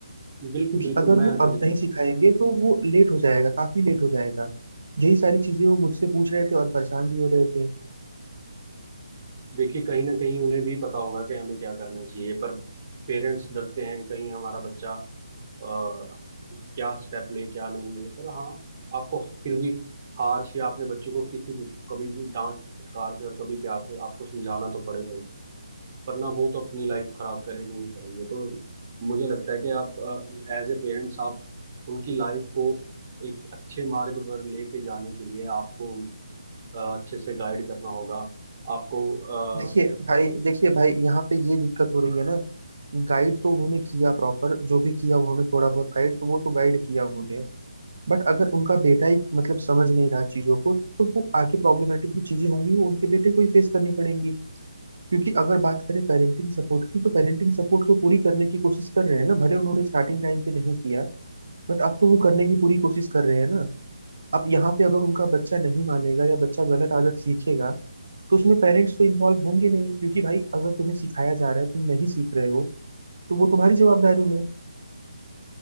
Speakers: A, on the right (about 35°); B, on the right (about 65°).
A: बिल्कुल
B: क्योंकि
A: बिल्कुल
B: अगर
A: मैं
B: वो
A: एग्री
B: अब
A: करता
B: नहीं सिखाएंगे
A: हूँ
B: तो वो लेट हो जाएगा काफी लेट हो जाएगा यही सारी चीजें वो मुझसे पूछ रहे थे और परेशान भी हो रहे थे
A: देखिए कहीं ना कहीं उन्हें भी पता होगा कि हमें क्या करना चाहिए पर पेरेंट्स डरते हैं कहीं हमारा बच्चा अ, क्या स्टेप ले क्या नहीं ले पर हाँ आपको फिर भी हार या अपने बच्चों को किसी भी कभी भी डांट फटकार से और कभी प्यार से आपको समझाना तो पड़ेगा ही। वरना वो तो अपनी लाइफ खराब करेंगे ही करेंगे तो मुझे लगता है कि आप एज ए पेरेंट्स आप उनकी लाइफ को एक अच्छे मार्ग पर लेके जाने के लिए आपको अ, अच्छे से गाइड करना होगा आपको
B: देखिए
A: अ,
B: भाई देखिए भाई यहाँ पे ये दिक्कत हो रही है ना गाइड तो उन्होंने किया प्रॉपर जो भी किया उन्होंने थोड़ा बहुत गाइड तो वो तो गाइड किया उन्होंने बट अगर उनका बेटा ही मतलब समझ नहीं रहा चीजों को तो वो आगे प्रॉब्लमेटिक जो चीजें होंगी वो उनके बेटे को ही फेस करनी पड़ेंगी क्योंकि अगर बात करें पेरेंटिंग सपोर्ट की तो पेरेंटिंग सपोर्ट तो पूरी करने की कोशिश कर रहे हैं ना भले उन्होंने स्टार्टिंग टाइम पे नहीं किया बट आप तो वो करने की पूरी कोशिश कर रहे हैं ना अब यहाँ पे अगर उनका बच्चा नहीं मानेगा या बच्चा गलत आदत सीखेगा तो उसमें पेरेंट्स तो इन्वॉल्व होंगे नहीं क्योंकि भाई अगर तुम्हें सिखाया जा रहा है तुम नहीं सीख रहे हो तो वो तुम्हारी जवाबदारी है